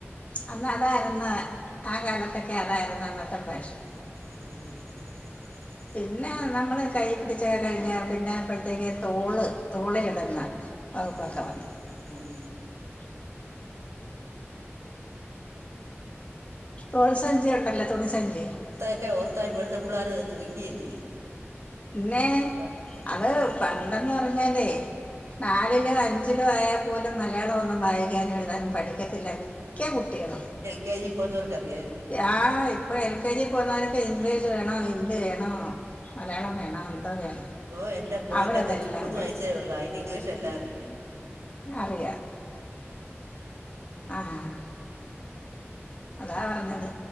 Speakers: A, on the left; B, on the right.
A: അന്ന അതായിരുന്നാ ആ കാലത്തൊക്കെ അതായിരുന്നു അന്നത്തെ പ്രശൻ
B: മം
A: പിന്നെ നമ്മള് കൈ പിടിച്ച കഴിഞ്ഞ പിന്നെ അപ്പോഴത്തേക്ക് തോള് തോളെലിട്ന്ന ആകശവാണ്
B: ഉം
A: <unintelligible>
B: ഉം
A: <unintelligible> തോൾ സഞ്ചി ഒണ്ടല്ലോ? തുണി സഞ്ചി
B: ഒക്കെ ഓർത്തായിപ്പഴത്തെ പിള്ളേർ ക്കല്ല
A: പിന്നെ
B: അന്ത കാര്യങ്ങളൊക്കെ
A: അത്
B: വർത്ത <unintelligible>
A: പണ്ടെന്ന് പറഞ്ഞാലേ നാലിലോ അഞ്ചിലോ ആയാൽ പോലും മലയാളം ഒന്നും വായിക്കാനും എഴുതാനും പഠിക്കും ത്തില്ലക്കെ മിക്കകുട്ടികളും
B: കേ ന്നോർക്ക്റിയാം
A: ആ ഇപ്പൊ എൽ കെ ജി പോന്നാനോക്കെ ഇപ്പോ ഇംഗ്ലീഷ് വേണോ ഹിന്ദി വേണോ മലയാളം വേണ എന്താ വേണം
B: ഓഹ് എന്റെ മോന്റെ
A: അവരതെല്ലാം
B: കൊച് മൂന്ന് വയസ്സായേള്ളൂ അയിന് ഇംഗ്ലീഷ്ല്ലാം അറിയാ.
A: അറിയ ആഹ് അതാ പറഞ്ഞത്